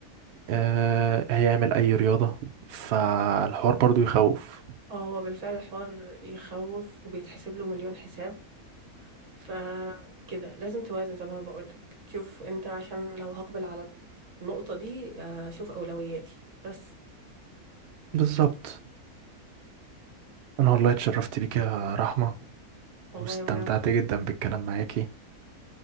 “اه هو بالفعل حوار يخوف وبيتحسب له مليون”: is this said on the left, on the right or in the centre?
Right